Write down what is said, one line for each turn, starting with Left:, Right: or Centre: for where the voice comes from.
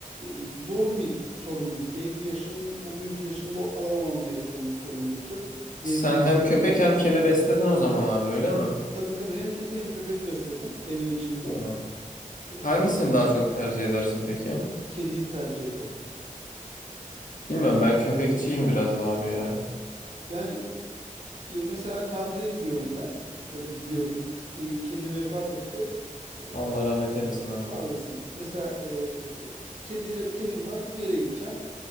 Right: e, zor bir sorumluluk. Belki yaşımın o günkü yaşımda o- alamamam gereken bir sorumluluktu. Gezmeyi
Left: Sen hem
Right: seviyordum.
Left: köpek hem kedi besledin o zaman abi öyle mi?
Right: Tabii tabii hem kedi hem köpek besledim evin içinde.
Left: Ha.
Right: E,
Left: Hangisini daha çok tercih edersin peki?
Right: kediyi tercih ederim.
Left: Bilmiyorum
Right: Yani,
Left: ben köpekçiyim biraz da abi ya.
Right: yani e, mesela tatile gidiyorum ben. Atıyorum gidiyordum. E, kedim vefat etti. E,
Left: Allah rahmet eylesin abi.
Right: Sağ olasın. Mesela eee kediyle, kedim var. Bir yere gideceğim.